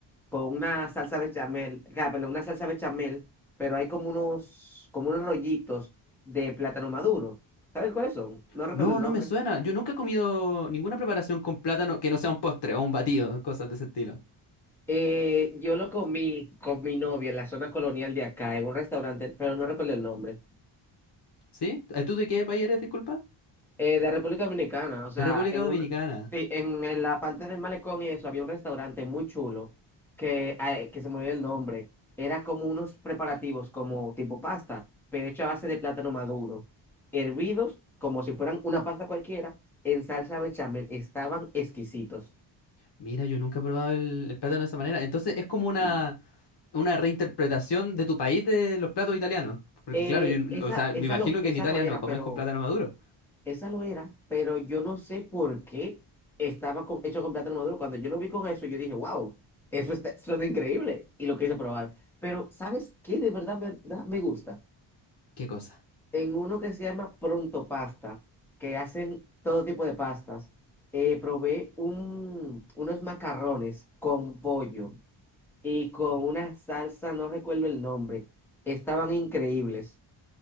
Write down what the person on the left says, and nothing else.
No,
no me suena. Yo nunca he comido ninguna preparación con plátano que no sea un postre o un batido, cosas de ese estilo.
¿Sí? Eh, ¿Tú de qué país eres, disculpa?
De
República
Dominicana.
Mira, yo nunca he probado el, el plátano de esa manera. Entonces es como una...
una reinterpretación de tu país de los platos italianos. Porque
claro, yo-
o sea,
me imagino
que
en Italia
no comen
con plátano maduro.
¿Qué cosa?